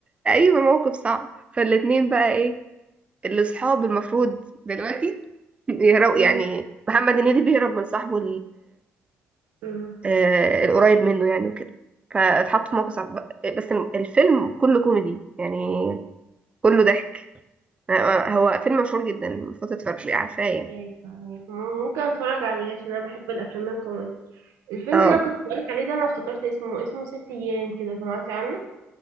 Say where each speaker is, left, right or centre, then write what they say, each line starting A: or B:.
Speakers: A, on the right; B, on the right.
A: ايوه موقف صعب فالاتنين بقى ايه الاصحاب المفروض دلوقتي <laughs> يهرب
B: مم.
A: يعني محمد هنيدي بيهرب من صاحبه
B: مم.
A: آه، القريب منه يعني وكده فاتحط في موقف صعب ب- بس الفيلم كله كوميدي يعني كله ضحك آه، هو فيلم مشهور جدا المفروض تتفرجي عارفاه يعني
B: إيه طيب، ممكن اتفرج عليه عشان انا بحب الافلام الكوميدي الفيلم
A: اه
B: اللي انا كنت بقولك عليه ده انا افتكرت اسمه اسمه ست ايام كده سمعتي عنه